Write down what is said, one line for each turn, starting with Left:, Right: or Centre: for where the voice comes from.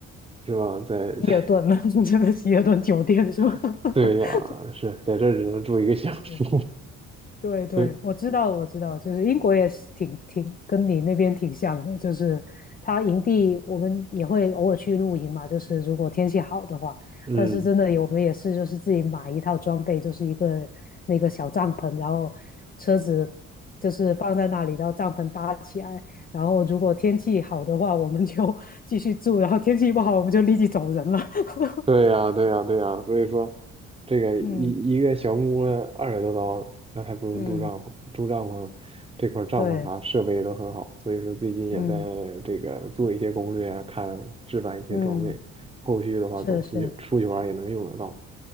Right: 是吧？在在
Left: 希尔顿，<laughs> 这的希尔顿酒店是吧？
Right: <laughs> 对呀，
Left: <laughs>
Right: 是在这儿只能住一个小时，
Left: 是是是，对对，
Right: <laughs> 所以
Left: 我知道，我知道，就是英国也是挺挺跟你那边挺像的，就是它营地我们也会偶尔去露营嘛，就是如果天气好的话，
Right: 嗯，
Left: 但是真的有我们也是就是自己买一套装备，就是一个那个小帐篷，然后车子就是放在那里，然后帐篷搭起来，然后如果天气好的话，我们就 <laughs> 继续住，然后天气不好我们就立即走人了。<laughs>
Right: 对呀，对呀，对呀，所以说这个一一个小木屋二百多刀，
Left: 嗯
Right: 那还不如住帐篷，
Left: 嗯，
Right: 住帐篷这块儿帐篷啥设备也都很好，
Left: 对，
Right: 所以说最近也在这个做一些攻略啊，
Left: 嗯
Right: 看置办一些装备，
Left: 嗯，
Right: 后续的话总出去出去玩儿也能用得到，
Left: 是是。